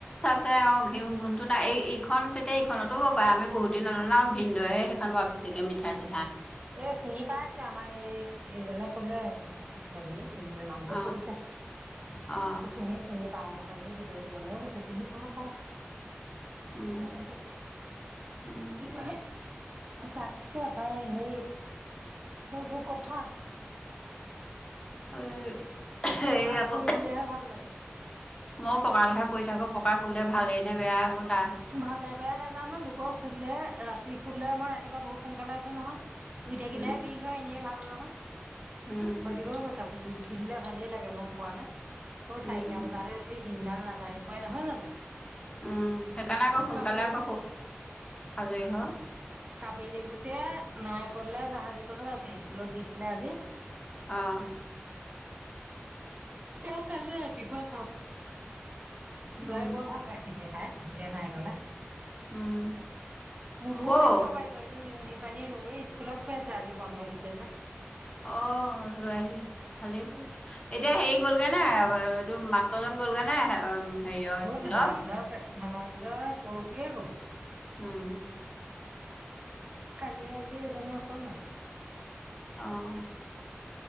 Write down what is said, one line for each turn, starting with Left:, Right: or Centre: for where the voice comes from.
Left: আ অ ঘিউ গোন্ধটো নাই এই ইখন তেতিয়া ইখনতো হ'ব পাৰে আমি বহুত দিন নলনাওঁ ভন্দদৈহে সেইনৰ পৰা চে মিঠাইছে।
Right: এ চিনি পাই আছে আমাৰ এই এইজনে কলেনেুৱা বুলি। ইন্দু নামটো
Left: অ
Right: কৈছে
Left: অ
Right: কৈছে সে চিনি পাওঁ নহয় কৈছে এইটো মানুহো কৈছে চিনি পাওঁ পাওঁ।
Left: উম
Right: ভালকে কৈছ
Left: উম
Right: ত তাকে পায় সেই সেইবোৰ কথা।
Left: আৰু এই
Right: পকাত
Left: এইে আকৌ
Right: পৰি দিলেহে ভাল লাগে।
Left: ময়ো পকা লহে পৰি থাকো পকাৰ শুলে ভাল নে বেয়া বোলো।
Right: ভালে বেয়া নাজানো লোকক শুধিলে ৰাতি শুলিলে মই ৰাতিপুৱা বহুত সোনকালে উঠো নহয়। শুই থাকিলেহে
Left: উম
Right: বিষ হয় এনে ভাল নহয়
Left: উম
Right: প দিবও কৈছ শুই উঠিলে ভালেই লাগে গম পোৱা নে
Left: উম
Right: চাৰিটা বজাতে উঠিল। দিনডাল নাযায় এনেকুৱাই নহয় জানো?
Left: উম সেইকাৰণে আকৌ সোনকালে
Right: কাবেলে
Left: আকৌ খুব আজৰি হ
Right: কাবেলি বুতে নাই কলে জাহাজী কলেও আছে স্কুলত দিছিলে আজি।
Left: আহ
Right: এ কাল ন ৰাতি ব কাম। লোৱ
Left: উম
Right: বৰ ভাল পায় খেতিিয়ে খাই বুটেই নাই গলে,
Left: উম
Right: মনও
Left: ক'
Right: থাকিব পাৰিব এইটো নিয় পানী পানী ৰুমেই স্কুলত খুৱ আছিলে আজি বন্ধ দিছে যে-
Left: অ লৈ আহিলা ভালেই কৰিলা এতিয়া হেৰি গলগে না। টো মাষ্টৰজন গ'লগে নে? হেৰিয়ৰ
Right: গ'ল
Left: স্কুলৰ?
Right: ধনঞ্জয় ধনঞ্জয় পৰহিয়ে গ'ল
Left: উম <inaudible>
Right: কালি আজি এজনে অকলে <unintelligible>
Left: আহ <unintelligible>